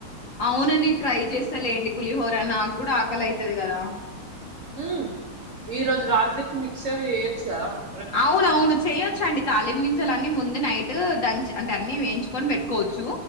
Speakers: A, on the left; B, on the right.
A: అవునండి ట్రై చేస్త అసలేండి పులిహోర నాకు కూడా ఆకలి అయితదికదా
B: మ్ ఈ రోజు రాత్రికి మిక్సర్ చేయచ్చుగాద
A: అవునవును చేయచండి తాలింపు గింజలన్నీ ముందే నైట్ దంచి అంటే అన్ని వేయించుకొని పెట్టుకోవచ్చు